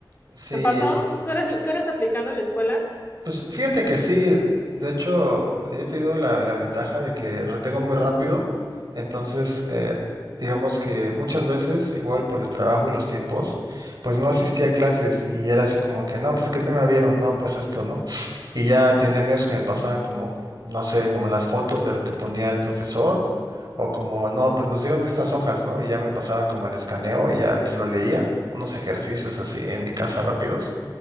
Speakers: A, on the right (about 55°); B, on the left (about 25°).
A: sí.
B: ¿Te pasó? ¿Tú eres, tú eres aplicado en la escuela?
A: Pues fíjate que sí, de hecho he tenido la, la ventaja de que retengo muy rápido, entonces eh, digamos que muchas veces, igual por el trabajo y los tiempos, pues no asistía a clases y era así como que, no, pues ¿qué tema vieron? No, pues esto, ¿no? Y ya tenía amigos que me pasaban como, no sé, como las fotos de lo que ponía el profesor o como, no, pues nos dieron estas hojas, ¿no? Y ya me pasaban como el escaneo y ya pues lo leía, unos ejercicios así en mi casa rápidos